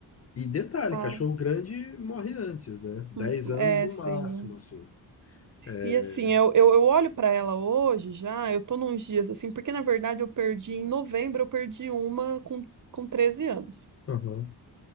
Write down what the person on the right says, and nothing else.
Ah,
hum,
é,
sim.
E assim, eu, eu, eu olho para ela hoje já, eu tô nos dias assim, porque na verdade eu perdi em novembro, eu perdi uma com, com 13 anos.